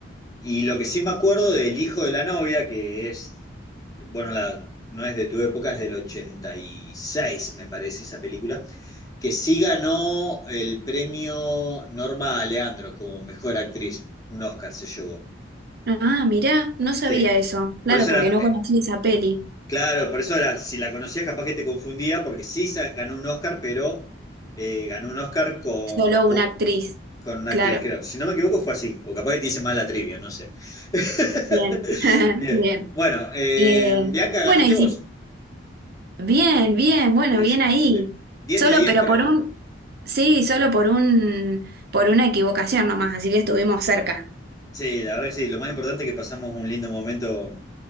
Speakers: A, on the left; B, on the right.
A: Y lo que sí me acuerdo del hijo de la novia, que es, bueno, la, no es de tu época, es del 86, me parece esa película, que sí ganó el premio Norma Aleandro como mejor actriz, un Oscar se llevó.
B: Ah, mirá, no sabía
A: Sí.
B: eso. Claro,
A: Por eso
B: porque
A: era,
B: no
A: eh,
B: conocí esa peli.
A: claro, por eso era, si la conocías capaz que te confundía, porque sí sa- ganó un Oscar, pero eh, ganó un Oscar con,
B: Solo una
A: o-
B: actriz.
A: con una
B: Claro.
A: actriz, creo. Si no me equivoco, fue así. O capaz que te hice mal la trivia, no sé. <laughs>
B: Bien, <laughs>
A: Bien.
B: bien.
A: Bueno, eh,
B: Eh,
A: Bianca, ganaste
B: bueno, y
A: vos.
B: si... Bien, bien, bueno,
A: Sí,
B: bien
A: sí.
B: ahí.
A: Le- 10
B: Solo,
A: de 10,
B: pero
A: creo.
B: por un... Sí, solo por un... por una equivocación nomás, así que estuvimos cerca.
A: Sí, la verdad que sí. Lo más importante es que pasamos un lindo momento